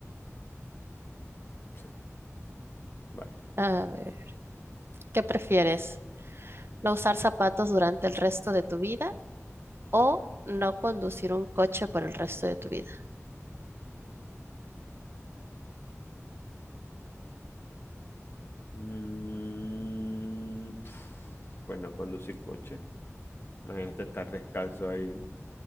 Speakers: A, on the left (about 45°); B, on the right (about 50°).
A: Sí, vale.
B: A ver, ¿qué prefieres? ¿No usar zapatos durante el resto de tu vida o no conducir un coche por el resto de tu vida?
A: Mm, pf, bueno, conducir coche. Imagínate estar descalzo ahí